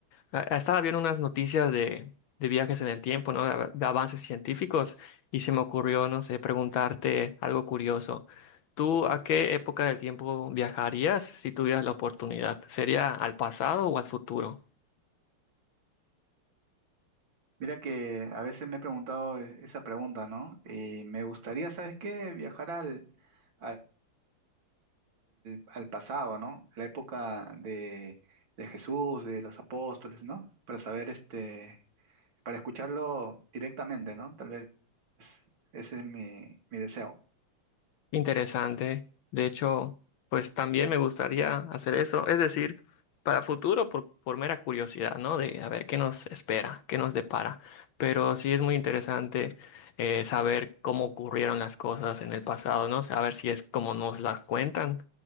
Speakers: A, on the left; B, on the right.
A: a- estaba viendo unas noticias de, de viajes en el tiempo, ¿no? De, av- de avances científicos y se me ocurrió, no sé, preguntarte algo curioso. ¿Tú a qué época del tiempo viajarías si tuvieras la oportunidad? ¿Sería al pasado o al futuro?
B: Mira que a veces me he preguntado e- esa pregunta, ¿no? Y me gustaría, ¿sabes qué? Viajar al, al, al pasado, ¿no? La época de, de Jesús, de los apóstoles, ¿no? Para saber, este, para escucharlo directamente, ¿no? Tal vez ese es mi, mi deseo.
A: Interesante. De hecho, pues también me gustaría hacer eso. Es decir, para futuro, por, por mera curiosidad, ¿no? De a ver qué nos espera, qué nos depara. Pero sí es muy interesante eh, saber cómo ocurrieron las cosas en el pasado, ¿no? Saber si es como nos las cuentan.